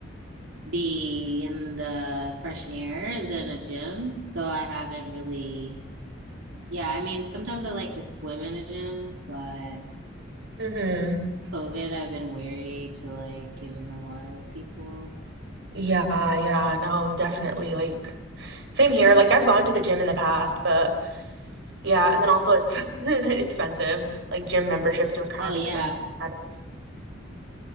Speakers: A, on the right (about 85°); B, on the right (about 60°).
A: be in the fresh air than a gym. So I haven't really, yeah, I mean, sometimes I like to swim in a gym, but
B: Mm-hmm.
A: It's COVID. I've been weary to like get in the water with people.
B: Yeah, yeah, no, definitely. Like same here. Like I've gone to the gym in the past, but yeah, and then also it's <laughs> expensive. Like gym memberships are kind
A: Oh
B: of
A: yeah.
B: expensive nowadays.